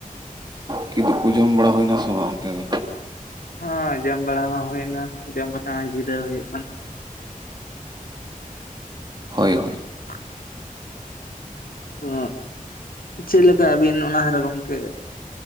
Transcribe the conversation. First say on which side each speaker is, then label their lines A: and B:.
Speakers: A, on the right; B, on the left.
A: ᱠᱤᱫᱩᱵ ᱠᱚ ᱡᱚᱢ ᱵᱟᱲᱟ ᱦᱩᱭᱱᱟ ᱥᱮ ᱵᱟᱝ ᱚᱱᱛᱮ ᱫᱚ
B: ᱦᱸ ᱡᱚᱢ ᱵᱟᱲᱟ ᱢᱟ ᱦᱩᱭᱱᱟ ᱡᱚᱢ ᱠᱟᱛᱮ ᱱᱚᱜ-ᱚᱭ ᱡᱤᱨᱟᱹᱣ ᱦᱩᱭᱩᱜ ᱠᱟᱱᱟ
A: ᱦᱳᱭ ᱦᱳᱭ
B: <inaudible> ᱛᱚ ᱪᱮᱫ ᱞᱮᱠᱟ ᱟᱹᱵᱤᱱ ᱚᱱᱟ ᱫᱷᱟᱨᱮ ᱜᱚᱢᱠᱮ